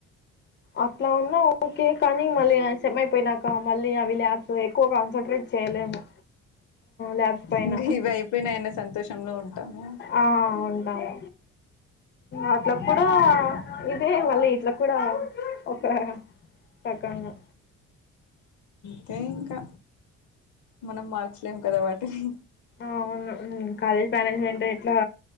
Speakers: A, on the left; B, on the left.
A: అట్లా అన్నా ఓకే కానీ మళ్ళీ సెమ్ ఐపోయినక మళ్ళీ అవి లాబ్ సో ఎక్కువ కాన్సన్ట్రేట్ చేయలేము లాబ్స్ పైన
B: ఇంకా ఇవి అయిపోయినాయన్న సంతోషంలో ఉంటాము
A: ఆ ఉంటాము అట్లప్పుడు ఇది అదే మళ్ళీ ఇట్లా కూడా ఒక రకంగా
B: అయిే ఇంకా మనం మార్చలేము కదా వాటిని
A: అవును కాలేజ్ మేనేజ్మెంట్ ఎట్లా